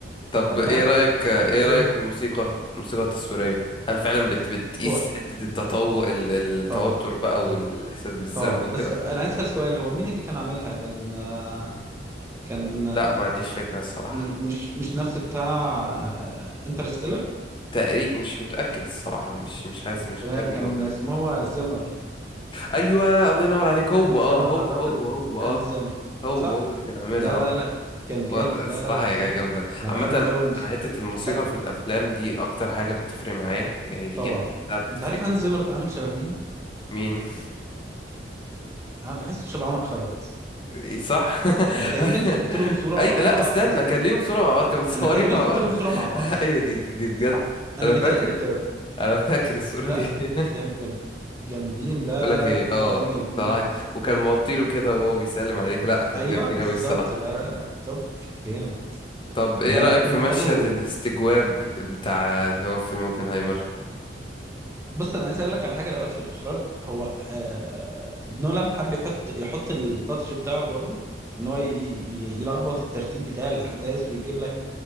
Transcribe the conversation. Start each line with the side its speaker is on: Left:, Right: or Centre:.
Left: طب
Right: آه
Left: ايه
Right: لا لا
Left: رايك ايه
Right: انا كان عاجبني
Left: رايك في الموسيقى الموسيقى التصويريه هل فعلا بت بتقيس
Right: هو
Left: حته التطور ال- التوتر
Right: طبعا
Left: بقى
Right: طبعا
Left: والاحساس بالذنب
Right: طبعا
Left: وكده
Right: بس انا عايز اسال سؤال هو مين اللي كان عاملها كان آه، كان آه،
Left: لا ما عنديش فكره الصراحه
Right: مش مش مش نفس بتاع انترستيلر
Left: تقريب مش متاكد الصراحه مش مش حاسس مش
Right: تمام
Left: متاكد
Right: كان
Left: من النقطه
Right: اسمه
Left: دي
Right: هو زيمر
Left: ايوه الله ينور عليك هو
Right: هانز
Left: اه
Right: زيمر
Left: هو
Right: اعتقد
Left: هو هو اه
Right: هانز زيمر
Left: هو
Right: صح
Left: هو اللي كان عاملها
Right: لا
Left: آه.
Right: لا لا كان جامد
Left: هو
Right: لا
Left: الصراحة
Right: لا
Left: هي
Right: جامد
Left: جامدة
Right: انا
Left: عامة
Right: بحبه قوي
Left: أنا حتة الموسيقى
Right: انت عارف
Left: في الأفلام دي أكتر حاجة بتفرق معايا يعني دي
Right: طبعا
Left: أنا بحسها بتفرق
Right: انت عارف هانز
Left: جدا
Right: زيمر ده عامل شبه مين
Left: مين
Right: انا بحسه شبه عمر خيرت
Left: إيه صح
Right: انا تقريبا شفت
Left: <laughs>
Right: لهم صورة
Left: أي
Right: مع
Left: لا
Right: بعض
Left: استنى
Right: اصلا
Left: كان ليهم صورة مع بعض كانوا متصورين
Right: انا تقريبا
Left: مع
Right: شفت
Left: بعض
Right: لهم
Left: <laughs>
Right: صورة مع بعض
Left: أيوة دي دي, دي بجد
Right: صح انا
Left: أنا
Right: بيتهيألي
Left: فاكر
Right: كده
Left: أنا فاكر الصورة
Right: لا لا
Left: دي <laughs>
Right: جم جم جامدين لا
Left: بقول
Right: لا
Left: لك إيه
Right: لا في حتة
Left: أه
Right: تانية الاتنين
Left: طلع وكان موطيله كده وهو بيسلم عليك لا كان
Right: ايوه
Left: جامدين
Right: بالظبط
Left: أوي الصراحة
Right: لا لا لا طب جامد
Left: طب إيه
Right: لا
Left: رأيك
Right: لا فيلم
Left: في مشهد
Right: حلو
Left: الاستجواب بتاع اللي هو في فيلم أوبنهايمر
Right: بص انا عايز اقول لك على حاجه الاول في الاخراج هو آه نولان حب يحط يحط التاتش بتاعه برضو ان هو ي- ي- يلخبط الترتيب بتاع الاحداث ويجيب لك